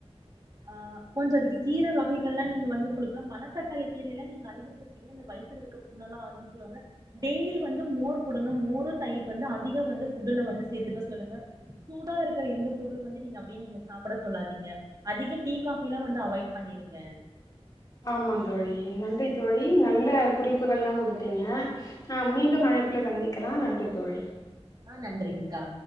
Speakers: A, on the right (about 35°); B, on the left (about 35°).
A: ஆ கொஞ்சோ அதுக்கு கீர வகைகள்லா நீங்க வந்து குடுக்கலா மனத்தக்காளி கீரைலா நீங்க அதிகோ குடுத்து இந்த வயித்துல இருக்க புண்ணல்லா ஆறுன் சொல்லுவாங்க டெய்லி வந்து மோர் குடுங்க மோரு தயிர் வந்து அதிகோ வந்து புட்டு்ல வந்து சேத்துக்க சொல்லுங்க சூடா இருக்கற எந்த பொருளு வந்து நீங்க அப்டியே நீங்க சாப்பட சொல்லாதீங்க அதிக டீ காபிலா வந்து அவாய்ட் பண்ணிருங்க
B: ஆமா தோழி நன்றி தோழி நல்ல குறிப்புகள்லா குடுத்தீங்க ஆ மீண்டும் அழைப்புல சந்திக்கலா நன்றி தோழி
A: ஆ நன்றிங்க்கா